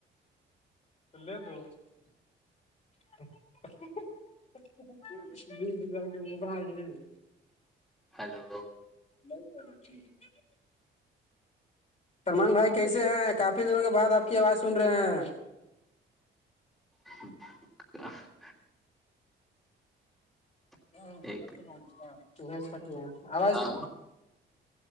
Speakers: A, on the left; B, in the centre.
A: <unintelligible> <unintelligible>
B: ہیلو
A: <unintelligible> سلمان بھائی کیسے ہیں کافی دنوں کے بعد آپ کی آواز سن رہے ہیں
B: <unintelligible>
A: <unintelligible>
B: ایک
A: عغف
B: ہاں